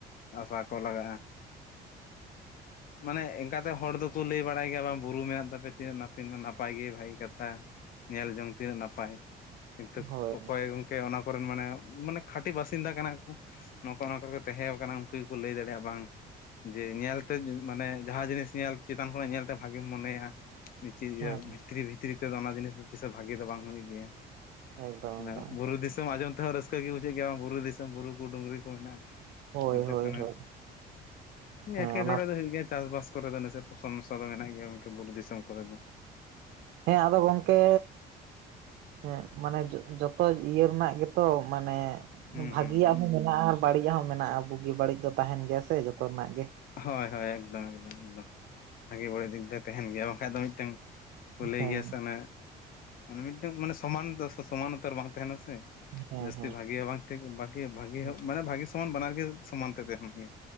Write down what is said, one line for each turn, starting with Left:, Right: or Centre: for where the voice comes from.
Left: ᱟᱥᱟ ᱠᱚ ᱞᱟᱜᱟᱜᱼᱟ ᱢᱟᱱᱮ ᱮᱱᱠᱟᱛᱮ ᱦᱚᱲ ᱫᱚᱠᱚ ᱞᱟᱹᱭ ᱵᱟᱲᱟᱭ ᱜᱮᱭᱟ ᱵᱟᱝ ᱵᱩᱨᱩ ᱢᱮᱱᱟᱜ ᱛᱟᱯᱮ ᱛᱤᱱᱟᱹᱜ ᱱᱟᱯᱮ ᱱᱟᱯᱟᱭ ᱜᱮ ᱵᱷᱟᱜᱤ ᱠᱟᱛᱷᱟ ᱧᱮᱞ ᱡᱚᱝ ᱛᱤᱱᱟᱹᱜ ᱱᱟᱯᱟᱭ ᱠᱤᱱᱛᱩ
Right: ᱦᱳᱭ
Left: ᱠᱩᱠᱚᱭ ᱜᱚ ᱠᱮ ᱚᱱᱟ ᱠᱚᱨᱮᱱ ᱢᱟᱱᱮ ᱢᱟᱱᱮ ᱠᱷᱟᱴ ᱴᱤ ᱵᱟᱥᱤᱱᱫᱟ ᱠᱟᱱᱟ ᱠᱚ ᱱᱚᱠᱚ ᱚᱱᱟ ᱠᱚᱨᱮ ᱠᱚ ᱛᱮᱦᱮᱸ ᱠᱟᱱᱟ ᱩᱱᱠᱩ ᱜᱮᱠᱚ ᱞᱟᱹᱭ ᱫᱟᱲᱮᱭᱟᱜᱼᱟ ᱵᱟᱝ ᱡᱮ ᱧᱮᱞᱛᱮ ᱢᱟᱱᱮ ᱡᱟᱦᱟ ᱡᱤᱱᱤᱥ ᱧᱮᱞ ᱪᱮᱛᱟᱱ ᱠᱷᱚᱱᱟᱜ ᱧᱮᱞᱛᱮ ᱵᱷᱟᱜᱤᱢ ᱢᱚᱱᱮᱭᱟ ᱪᱤ
Right: ᱦᱮᱸ
Left: ᱭᱟᱹ ᱵᱷᱤᱛᱨᱤ ᱵᱷᱤᱛᱨᱤ ᱛᱮᱫᱚ ᱚᱱᱟ ᱡᱤᱱᱤᱥ ᱫᱚ ᱛᱤᱥ ᱦᱚᱸ ᱵᱷᱟᱹᱜᱤ ᱫᱚ ᱵᱟᱝ ᱦᱩᱭᱩᱜ ᱜᱮᱭᱟ
Right: ᱮᱠᱫᱚᱢ
Left: ᱚᱱᱟ
Right: ᱮᱠᱫᱚᱢ ᱮᱠᱫᱚᱢ
Left: ᱵᱩᱨᱩ ᱫᱤᱥᱚᱢ ᱟᱸᱡᱚᱢ ᱛᱮᱦᱚᱸ ᱨᱟᱹᱥᱠᱟᱹ ᱜᱮ ᱵᱩᱡᱷᱟᱹᱜ ᱜᱮᱭᱟ ᱵᱟᱝ ᱵᱩᱨᱩ ᱫᱤᱥᱚᱢ ᱵᱩᱨᱩ ᱠᱚ ᱰᱩᱝᱨᱤ ᱠᱚ ᱦᱮᱱᱟᱜ ᱟ
Right: ᱦᱳᱭ
Left: ᱚᱱᱛᱮ
Right: ᱦᱳᱭ
Left: ᱯᱮᱱᱮ
Right: ᱦᱳᱭ ᱦᱮᱸ
Left: ᱮᱴᱠᱮᱴᱚᱬᱮ
Right: ᱚᱱᱟ
Left: ᱫᱚ ᱦᱩᱭᱩᱜ ᱜᱮᱭᱟ ᱪᱟᱥᱵᱟᱥ ᱠᱚᱨᱮ ᱫᱚ ᱱᱟᱥᱮ ᱥᱚᱢᱚᱥᱟ ᱫᱚ ᱢᱮᱱᱟᱜ ᱜᱮᱭᱟ ᱜᱚᱝᱠᱮ ᱵᱩᱨᱩ ᱫᱤᱥᱚᱢ ᱠᱚᱨᱮ ᱫᱚ
Right: ᱦᱮᱸ ᱟᱫᱚ ᱜᱚᱢᱠᱮ ᱦᱮᱸ ᱢᱟᱱᱮ ᱡᱚ ᱡᱚᱛᱚ ᱤᱭᱟᱹ ᱨᱮᱱᱟᱜ ᱜᱮᱛᱚ ᱢᱟᱱᱮ
Left: ᱦᱩᱸ
Right: ᱵᱷᱟᱹᱜᱤᱭᱟᱜ
Left: ᱦᱩᱸ ᱦᱩᱸ᱾
Right: ᱦᱚᱸ ᱢᱮᱱᱟᱜᱼᱟ ᱟᱨ ᱵᱟᱹᱲᱤᱡ ᱟᱜ ᱦᱚᱸ ᱢᱮᱱᱟᱜᱼᱟ ᱵᱩᱜᱤ ᱵᱟᱹᱲᱤᱡ ᱫᱚ ᱛᱟᱸᱦᱮᱱ ᱜᱮᱭᱟ ᱥᱮ ᱡᱚᱛᱚ ᱨᱮᱱᱟᱜ ᱜᱮ
Left: ᱦᱚᱭ ᱦᱚᱭ ᱮᱠᱫᱚᱢ ᱮᱠᱫᱚᱢ ᱮᱠᱫᱚᱢ ᱵᱷᱟᱜᱮ ᱵᱟᱹᱲᱤᱡ ᱫᱤᱠ ᱫᱚ ᱛᱟᱦᱮᱱ ᱜᱮᱭᱟ ᱵᱟᱝᱠᱷᱟᱡ ᱫᱚ ᱢᱤᱫᱴᱟᱝ ᱠᱚ ᱞᱟᱹᱭ
Right: ᱦᱮᱸ
Left: ᱜᱮᱭᱟ ᱥᱮ ᱚᱱᱮ ᱚᱱᱮ ᱢᱤᱫᱴᱟᱝ ᱢᱟᱱᱮ ᱥᱚᱢᱟᱱ ᱫᱚᱥ ᱥᱚᱢᱟᱱ ᱩᱛᱟᱨ ᱵᱟᱝ ᱛᱟᱦᱮᱱᱟ ᱥᱮ
Right: ᱦᱮᱸ ᱦᱮᱸ
Left: ᱡᱟᱹᱥᱛᱤ
Right: ᱦᱮᱸ
Left: ᱵᱷᱟᱜᱤ ᱦᱚᱸ ᱵᱟᱝ ᱴᱷᱤᱠ ᱵᱷᱟᱹᱜᱤ ᱵᱷᱟᱜᱤ
Right: ᱦᱮᱸ
Left: ᱦᱚᱸ ᱢᱟᱱᱮ ᱵᱷᱟᱹᱜᱤ ᱥᱚᱢᱟᱱ ᱵᱟᱱᱟᱨ ᱜᱮ ᱥᱚᱢᱟᱱ ᱛᱮ ᱛᱟᱦᱮᱱ ᱜᱮᱭᱟ